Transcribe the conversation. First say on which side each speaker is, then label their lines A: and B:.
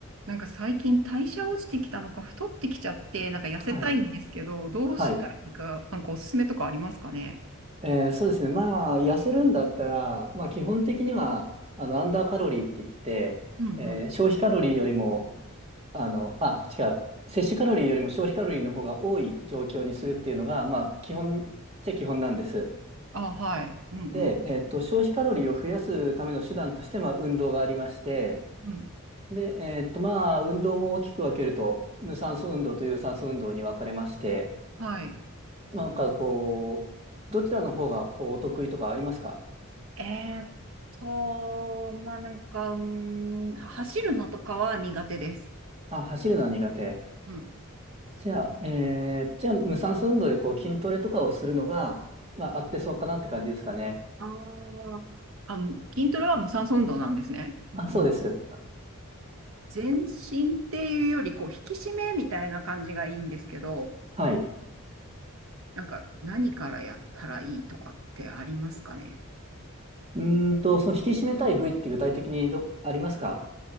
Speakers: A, on the right; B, on the right.
A: なんか最近代謝落ちてきたのか太ってきちゃって、なんか痩せたいんですけど、
B: はい。
A: どうしたらいいか、
B: はい。
A: なんかおすすめとかありますかね
B: えーそうですね。まあ、痩せるんだったら、まあ、基本的には、あの、アンダーカロリーって言って、
A: うんうん。
B: えー消費カロリーよりも、あの、あ、違う。摂取カロリーよりも消費カロリーの方が多い状況にするっていうのが、まあ、基本っちゃ基本なんです。
A: あ、はい。うんう
B: で、えっと、消費カロリーを増やすための手段として、まあ、運動がありまして、
A: ん。うん。
B: で、えっと、まあ、運動も大きく分けると、無酸素運動と有酸素運動に分かれまして、
A: はい。
B: なんかこう、どちらの方がこうお得意とかありますか
A: えーっと、まあなんか、うーん、走るのとかは苦手です。
B: あ、走るのは苦手。
A: うん。
B: じゃあ、えー、じゃあ、無酸素運動でこう筋トレとかをするのが、まあ、合ってそうかなって感じですかね。
A: あーあ、む筋トレは無酸素運動なんですね。うんうん。
B: あ、そうです。
A: 全身っていうより、こう、引き締めみたいな感じがいいんですけど、
B: はい。
A: なんか、何からやったらいいとかってありますかね
B: うーんと、その引き締めたい部位って具体的にど、ありますか